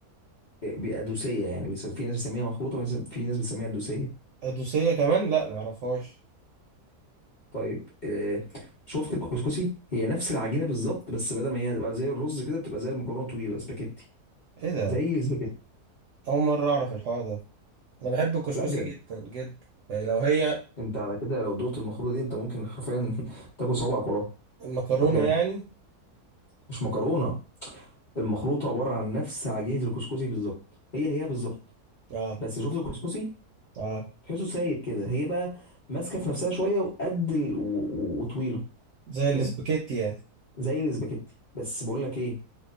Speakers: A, on the left; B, on the right.
A: إيه، بي- ادوسيه يعني بيس- في ناس بتسميها مخروطه وناس- في ناس بتسميها ادوسيه
B: ادوسيه كمان لا معرفهاش
A: طيب إيه، شفت الكسكسي هي نفس العجينه بالظبط بس بدل ما هي تبقى زي الرز كده بتبقى زي المكرونه طويله سباكيتي
B: ايه ده
A: زي السباكيتي
B: اول مره اعرف الحوار ده انا بحب الكسكسي
A: لا بجد
B: جدا جدا يعني لو هي
A: انت على كده لو دوت المخروطه دي انت ممكن حرفيا <laughs> تاكل صوابعك وراها
B: مكرونه
A: بقى بجد
B: يعني
A: مش مكرونه المخروطه عباره عن نفس عجينه الكسكسي بالظبط هي هي بالظبط
B: اه
A: بس شفت الكسكسي
B: اه
A: تحسه سايب كده هي بقى ماسكه في نفسها شويه وقد ال... و... و- وطويله
B: زي الاسباجيتي
A: فاهم
B: يعني
A: زي الاسباجيتي بس بقول لك ايه